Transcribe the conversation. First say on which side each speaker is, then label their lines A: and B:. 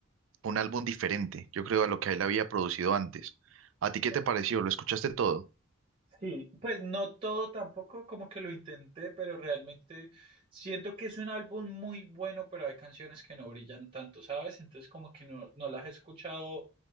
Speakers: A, on the right; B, on the right.
A: un álbum diferente, yo creo, a lo que él había producido antes. ¿A ti qué
B: Ok.
A: te pareció? ¿Lo escuchaste todo?
B: Sí, pues no todo tampoco, como que lo intenté, pero realmente siento que es un álbum muy bueno, pero hay canciones que no brillan tanto, ¿sabes? Entonces como que no, no las he escuchado, o